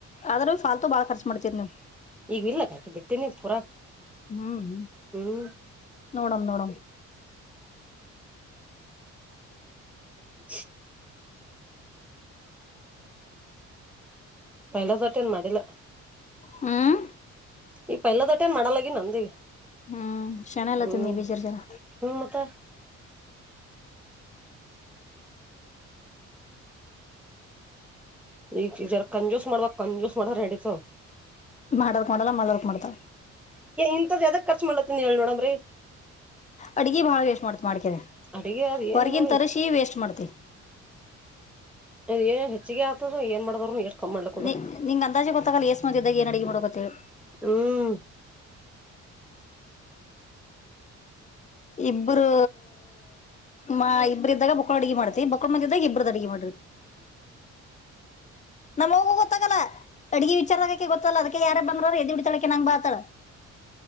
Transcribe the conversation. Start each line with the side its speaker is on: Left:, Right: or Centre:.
Left: ಆದ್ರೂ ಾಲ್ತು ಬಾಳ ಖರ್ಚು ಮಾಡ್ತೀರಿ ನೀವು
Centre: ಈಗ ಇಲ್ಲ ಕಾಯಕಿ ಬಿಟ್ಟೇನೆಿ ಪೂರಾ
Left: ಹ್ಮ್
Centre: ಹ್ಮ್
Left: ನೋಡ ನೋಡ
Centre: <inaudible> ಮಹಿಳಾ ದೊಟ್ಟ ಏನ್ ಮಾಡಿಲ್ಲ
Left: ಹ್ಮ್
Centre: ಈ ಪಹಲ ದೊಟೇನ್ ಮಾಡಲಾಗಿ ನಂದ
Left: ಹ್ಮ್ ಶಣೆ ಎಲ್ಲ
Centre: ಹ್ಮ್
Left: ತಿಂದಿ ಬೀಜರ್ ಜನ
Centre: ಹ್ಮ ಮತ್ತ ಈ ಚೀಜ ಯಾರ ಕಂಜೋಸ್ಟ್ ಮಾಡುವ ಕಂಜೋಸ್ಟ್ ಮಾಡಾರ ಹೆಂಡಿತ
Left: ಮಾಡರ್ಕ್ ಮಾಡಲ್ಲ ಮರ್ಕ್ ಮಾಡ್ದ
Centre: ಇಂತದ್ ಎದಕ್ ಖರ್ಚು ಮಾಡತ್ತ ನೀ ಹೇಳಳ್ ನೋಡಮ್ರರಿ
Left: ಅಡ್ಗಿ ಬಾಳ ವೇಸ್ಟ್ ಮಾಡ್ತಿ ಮಾಡ್ಕ್ರ
Centre: ಅಡಗೆ ಅದ್ ಏನ
Left: ಹೊರ್ಗನ್
Centre: ನೋಡಿ
Left: ತರಸಿ
Centre: ಹೆಚ್ಚ
Left: ವೇಸ್ಟ್ ಮಾಡ್ತಿ
Centre: ಅದ ಏನು ಹೆಚ್ಚಿಗೆ ಆಗ್ತದ ಏ ಮಾಡಿದವರುನು ಎ ಕ ಮಾಡಲ ಕುದ
Left: ನಿ ನಿಂಗ್ ಅಂದಾಜೆ ಗೊತ್ತಾಗಲ್ಲ ಎಸ್ ಮಂದಿ ಇದ್ದಾಗ ಏನ್ ಅಡಗೆ ಮಾಡೋಕತ್ತೇಳಿ
Centre: ಹ್ಮ್
Left: ಇಬ್ಬರು ಮಾ ಇಬ್ಬರು ಇದ್ದಾಗ ಬ ಅಡಗೆ ಮಾಡತಿ ಬಕರ್ ಮಂದದಾಗ ಇಬ್ಬ್ರದ ಅಡಗೆ ಮಾಡಿತಿ ನಮ್ಮ್ ಹೋಗು ಗೊತ್ತಾಗಲ್ಲ ಅಡುಗೆ ವಿಚಾರಕಕ್ಕೆ ಗೊತ್ತಲ್ಲ ಅದಕ್ಕೆ ಯಾರ ಬ ದು ಬಿಡ್ತಾಳಕ್ಕೆ ನಂಗ್ ಬಾತಾಳ